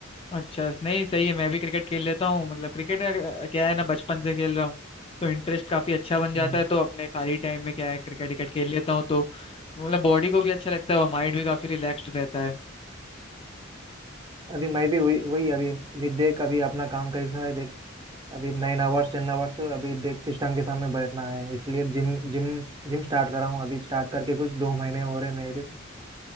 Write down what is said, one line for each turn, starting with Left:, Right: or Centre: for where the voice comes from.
Left: अच्छा नहीं सही है मैं भी क्रिकेट खेल लेता हूँ मतलब क्रिकेट में अ, क्या है ना बचपन से खेल रहा हूँ तो इंटरेस्ट काफी अच्छा बन जाता
Right: हम्म।
Left: है तो अपने खाली टाइम में क्या है क्रिकेट विकेट खेल लेता हूँ तो मतलब बॉडी को भी अच्छा लगता है और माइंड भी काफी रिलैक्स्ड रहता है
Right: अभी मैं भी वही वही अभी अभी देख अभी अपना काम कैसा है देख अभी नाइन आवर्स टेन आवर्स अभी देख सिस्टम के सामने बैठना है इसलिए जिम जिम जिम स्टार्ट करा हूँ अभी स्टार्ट करके कुछ दो महीने हो रहे मेरे